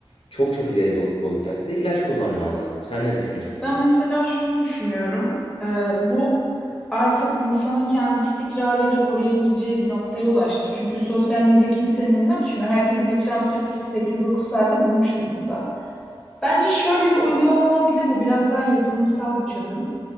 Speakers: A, on the left (about 80°); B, in the centre.
A: Çok çok ileri bir boyuttaysa da ilaç kullanman lazım. Sen ne düşünüyorsun bu
B: Ben
A: konuda?
B: mesela şunu düşünüyorum. Ee, bu artık insanın kendi istikrarıyla koruyamayacağı bir noktaya ulaştı. Çünkü sosyal medya kimsenin elinden düşmüyor. Herkesin ekran süresi sekiz dokuz saate bulmuş durumda. Bence şöyle bir uygulama olabilir bu. Biraz daha yazılımsal bir çözüm.